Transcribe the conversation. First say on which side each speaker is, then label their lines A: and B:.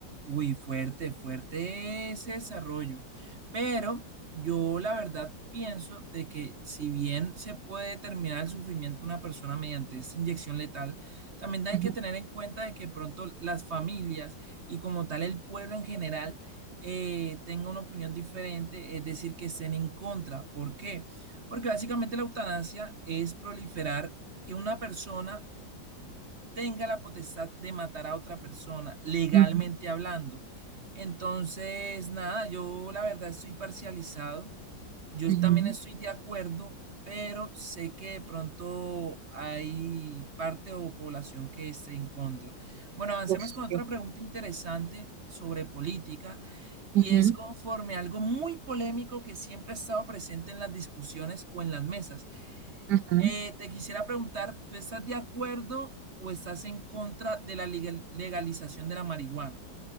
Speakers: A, on the right; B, on the right.
A: Uy, fuerte, fuerte ese desarrollo. Pero yo la verdad pienso de que si bien se puede determinar el sufrimiento de una persona mediante esta inyección letal, también hay
B: Ujú,
A: que tener en cuenta de que pronto las familias y como tal el pueblo en general eh, tenga una opinión diferente, es decir, que estén en contra. ¿Por qué? Porque básicamente la eutanasia es proliferar que una persona tenga la potestad de matar a otra persona, legalmente
B: ujú,
A: hablando. Entonces, nada, yo la verdad estoy parcializado. Yo
B: ujú.
A: también estoy de acuerdo, pero sé que de pronto hay parte o población que esté en contra. Bueno, avancemos
B: Uf,
A: con otra
B: sí.
A: pregunta interesante sobre política y
B: Ujú,
A: es conforme a algo muy polémico que siempre ha estado presente en las discusiones o en las mesas.
B: ujú.
A: Eh, te quisiera preguntar, ¿tú estás de acuerdo o estás en contra de la legal- legalización de la marihuana?